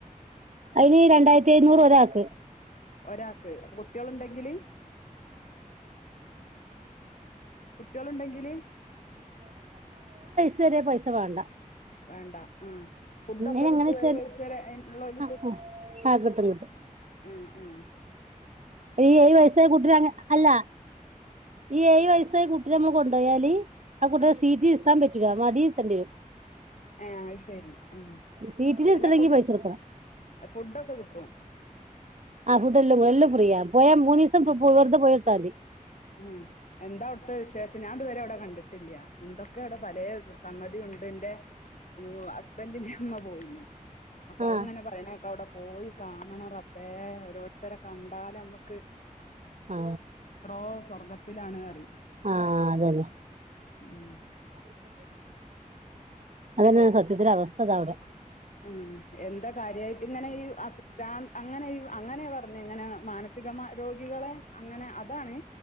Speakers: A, on the right (about 55°); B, on the left (about 60°).
A: അതിന് രണ്ടായിരത്തി അഞ്ഞൂറ് ഒരാ ആക്ക്
B: ഒരാക്ക് അപ്പൊ കുട്ടികളുണ്ടെങ്കില് കുട്ടികളുണ്ടെങ്കില്
A: ചെറിയ പൈസ വേണ്ട
B: വേണ്ട ഉം ഫുഡ
A: ഇങ്ങനെ
B: ഒക്കെ കിട്ടും
A: എങ്ങനെ വെച്ചാൽ
B: ഏ വയസ്സ വരെള്ളകുട്ടിയ
A: ആ ആ കിട്ടും
B: ആ ഉ
A: ഏ് വയസ്സായി കുട്ടരങ് അല്ല ഈ ഴ വയസ്സായി കുട്ടി നമ്മൾ കൊണ്ട് ടയാലി ആ കുട്ടിക സീറ്റ് ഇരുത്താൻ പറ്റുക മടിയിരുത്തണ്ടിരും
B: ആ ശരി ആ
A: സീറ്റിൽ ഇരുത്തണെങ്കി
B: എല്ലാ ഫു
A: പൈസ കൊടുക്കണം
B: ഫുഡൊക്കെ കിട്ടും
A: ആ ഫുഡ് എല്ലും എല്ലാം പ്രിയ പോയ മൂന്ന് ദിവസം വറുത പോയിട്ടത്താി
B: ഉ എന്താ അവിടുത്തെ വിശേഷം ഞാൻതുവരെ അവിടെ കണ്ടിട്ടില്ല എന്തൊക്കെ അവിടെ പല സംഗതി ഉണ്ട് എന്റെ ഹസ്ബൻറിിന്റെ അമ്മ പോയിന് അപ്പൊ
A: ആ
B: അത്ങ്ങനെ പറയണകേട്ടവടെ പോയി കാണണം റബ്ബേ, ഓരോരുത്തരെ കണ്ടാലെ മ്മക്ക്
A: ആ
B: ഇപ്പോ സ്വർഗ്ഗത്തിലാണ് കറി.
A: ആ അതന്നെ
B: ഉം
A: <inaudible> അതെന്നെണ് സത്യത്തിൽ അവസ്ഥതാ അയുടെ
B: ഉം എന്താ കാര്യായിട്ട് ഇങ്ങനെ ഈ അസു ഭ്രാ അങ്ങനെ ഇ അങ്ങനെ പർഞ്ഞെ ഇങ്ങനെ മാനസികമാ രോഗികളെ അങ്ങനെ അവ് അതാണ്